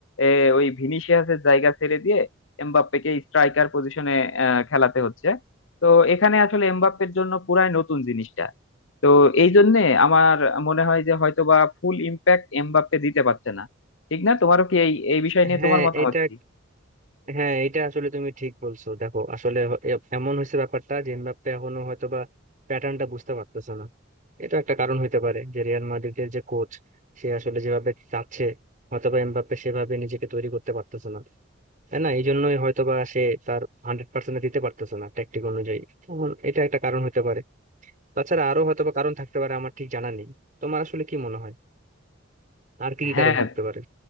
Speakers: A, on the left; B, on the right.
A: আহ, ওই ভিনিসিয়াসের জায়গা ছেড়ে দিয়ে এমবাপ্পেকে স্ট্রাইকার পজিশনে খেলাতে হচ্ছে তো এখানে আসলে এমবাপ্পের জন্য পুরাই নতুন জিনিস তো এই জন্যে আমার মনে হয় যে হয়তোবা ফুল ইম্প্যাক্ট এমবাপ্পে দিতে পারছে না ঠিক না তোমারও কি এই এই বিষয় নিয়ে
B: হ্যাঁ
A: তোমার মতামত
B: এটা
A: কি
B: হ্যাঁ এটা আসলে তুমি ঠিক বলছো দেখো আসলে হ- এ- এমন হয়েছে ব্যাপারটা যে এমবাপ্পে এখনো হয়তোবা প্যাটার্নটা বুঝতে পারতেছে না এটা একটা কারণ হইতে পারে যে রিয়াল মাদ্রিদের যে কোচ সে আসলে যেভাবে চাচ্ছে হয়তোবা এমবাপ্পে সেভাবে নিজেকে তৈরি করতে পারতেছে না তাই না এই জন্যই হয়তোবা সে তার হান্ড্রেড পার্সেন্ট দিতে পারতেছে না ট্যাকটিক অনুযায়ী তখন এটা একটা কারণ হইতে পারে তাছাড়া আরো হয়তোবা কারণ থাকতে পারে আমার ঠিক জানা নেই তোমার আসলে কি মনে হয় আর কি কি
A: হ্যাঁ
B: কারণ থাকতে পারে